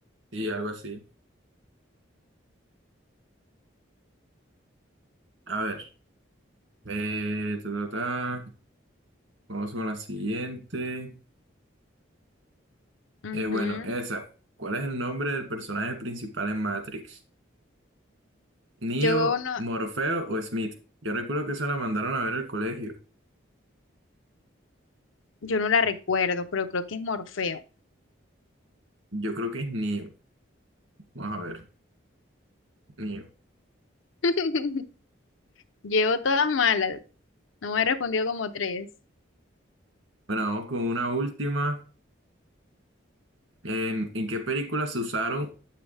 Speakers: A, on the right (about 80°); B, on the left (about 80°).
A: Sí, algo así. A ver. Eh, ta, ta, ta. Vamos con la siguiente.
B: Ujú.
A: Eh, bueno, esa. ¿Cuál es el nombre del personaje principal en Matrix? ¿Neo,
B: Yo no,
A: Morfeo o Smith? Yo recuerdo que esa la mandaron a ver al colegio.
B: yo no la recuerdo, pero creo que es Morfeo.
A: Yo creo que es Neo. Vamos a ver. Neo.
B: <laughs> Llevo todas malas. No me respondió como tres.
A: Bueno, vamos con una última. ¿En, en qué película se usaron